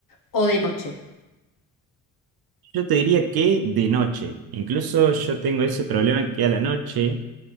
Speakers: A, on the left (about 55°); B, on the right (about 65°).
A: o de noche.
B: Yo te diría que de noche. Incluso yo tengo ese problema que a la noche,